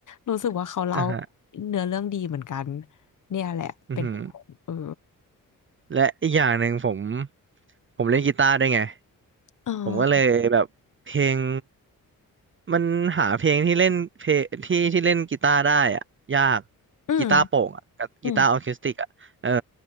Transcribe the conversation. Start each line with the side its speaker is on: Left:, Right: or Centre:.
Left: รู้สึกว่าเขาเล่า
Right: อ่ะฮะ
Left: เนื้อเรื่องดีเหมือนกันเนี่ยแหละเป็นเหตุผลเออ
Right: อือหือ และอีกอย่างหนึ่งผมผมเล่นกีตาร์ด้วยไง
Left: เออ
Right: ผมก็เลยแบบเพลงมันหาเพลงที่เล่นเพลงที่ที่เล่นกีตาร์ได้อะยาก
Left: อืม
Right: กีตาร์โปร่งอะกับกีตาร์ออร์เคสติกอะเออ
Left: อืม